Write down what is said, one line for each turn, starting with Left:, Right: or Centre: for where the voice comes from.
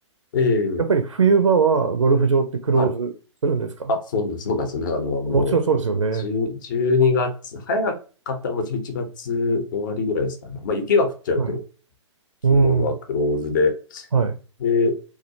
Left: ええ
Right: やっぱり冬場はゴルフ場ってクローズするんですか
Left: はい。あ、そうなんそうなんですね。あの、もう、
Right: もちろんそうですよね。
Left: 10、12月、早かったらもう11月終わりぐらいですかね。まあ雪が降っちゃうと、
Right: はい。
Left: 基本はクローズで。
Right: うん。はい。
Left: で、